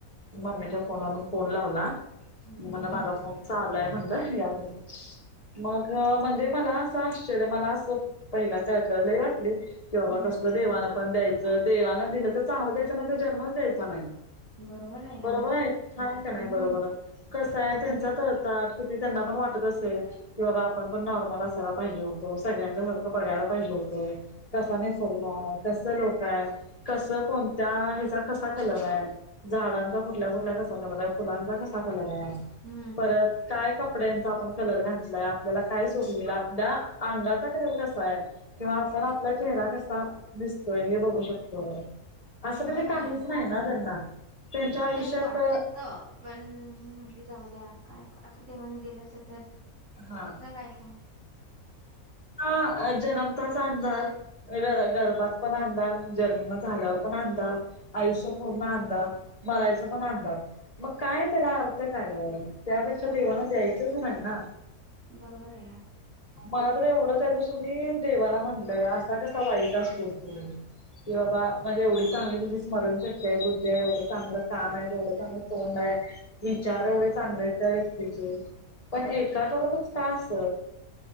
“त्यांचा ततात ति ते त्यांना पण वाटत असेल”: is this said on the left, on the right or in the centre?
Left